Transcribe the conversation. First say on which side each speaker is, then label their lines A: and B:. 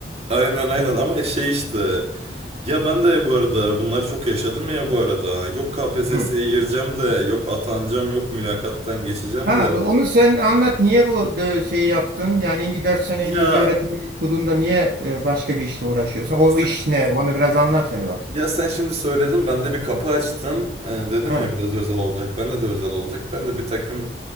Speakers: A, on the right (about 35°); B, on the right (about 55°).
A: Aynen aynen
B: onu-
A: ama şey işte ya ben de bu arada bunları çok yaşadım ya bu arada yok KPSS'ye
B: hı.
A: gireceğim de yok atanacağım yok mülakattan geçeceğim
B: Ha,
A: de
B: onu sen anlat niye bu de- şeyi yaptın? Yani İngi 4 sene
A: ya
B: İngilizce öğretmenlik okuduğunda niye e, başka bir işle uğraşıyorsun? O
A: sen-
B: iş ne? Bana biraz anlat hele bak.
A: ya sen şimdi söyledin ben de bir kapı açtın Ee, dedim
B: Ha,
A: ya biraz özel olacak bende de özel olacak ben de bir takım